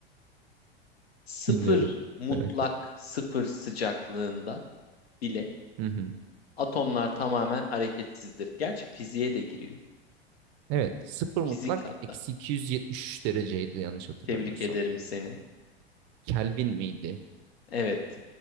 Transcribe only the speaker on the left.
Sıfır
mutlak
sıfır sıcaklığında bile
atomlar tamamen hareketsizdir. Gerçi fiziğe de giriyor.
Fizik hatta.
Tebrik ederim seni.
Evet.